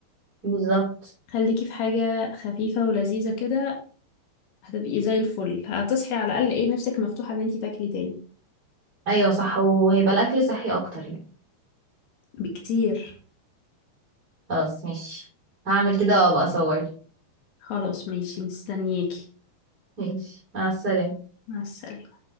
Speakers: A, on the right (about 25°); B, on the left (about 75°).
A: بالظبط
B: خليكي في حاجة خفيفة ولذيذة كده هتبقي زي الفل هتصحي على الأقل ايه نفسك مفتوحة ان انتي تاكلي تاني
A: ايوه صح وهيبقى الاكل صحي اكتر يعني
B: بكتير
A: خلاص ماشي هعمل كده وابقى اصور
B: خلاص ماشي مستنياكي
A: ماشي مع السلامة
B: مع السلامة